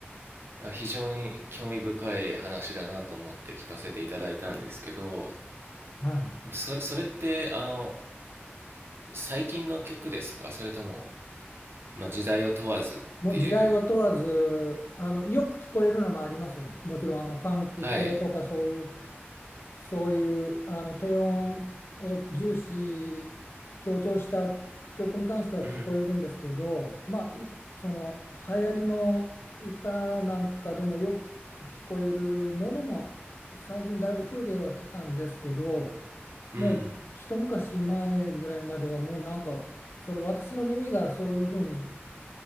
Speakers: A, on the right; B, on the left.
A: あ、非常に興味深い話だなと思って聞かせていただいたんですけど、
B: はい。
A: それ、それって、あの、最近の曲ですかそれとも、まあ、時代を問わずっていう。
B: もう時代を問わず、あの、よく聞こえるのもありますよね。もちろん、あの、ファンク系とかそういう、
A: はい。
B: そういう、あの、低音を重視、強調した曲に関しては聞こえるんですけど、
A: うん、
B: まあ、いその、流行りの歌なんかでもよく聞こえるものも、最近だいぶ増えてはきたんですけど、
A: うん。
B: もう、一昔前ぐらいまではもうなんか、それ私の耳がそういうふうに